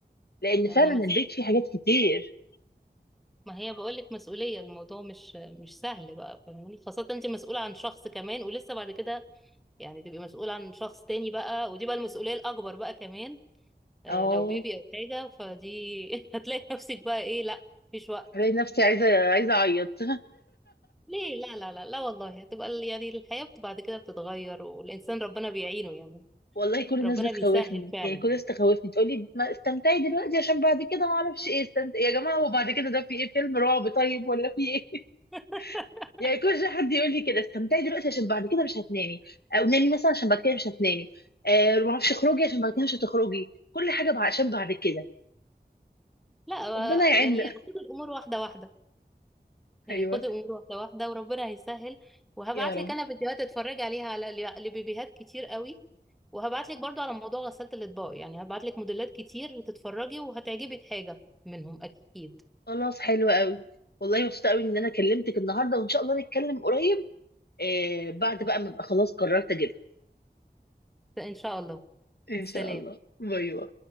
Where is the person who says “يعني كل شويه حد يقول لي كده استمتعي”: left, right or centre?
Left